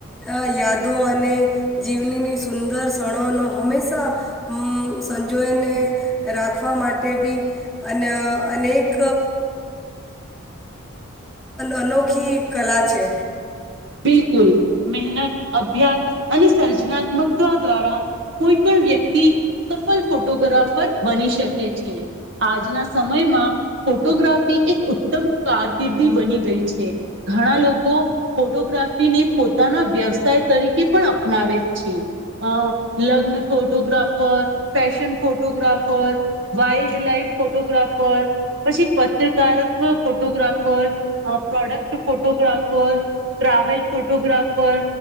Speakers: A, in the centre; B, on the right.
A: અ યાદો અને જીવનીની સુંદર ક્ષણોનો હંમેશા હમ સંજોયને રાખવા માટે બી અન અનેક અનોખી કલા છે
B: બિલકુલ મહેનત અભ્યાસ અને સર્જનાત્મકતા દ્વારા કોઈ પણ વ્યક્તિ સફલ ફોટોગ્રાફર બની શકે છે આજના સમયમાં ફોટોગ્રાફી એક ઉત્તમ કારકિર્દી બની ગઈ છે ઘણા લોકો ફોટોગ્રાફીને પોતાના વ્યવસાય તરીકે પણ અપનાવે છે અ લગ્ન photographer fashion photographer wildlife photographer પછી પત્રકારક photographer product photographer travel photographer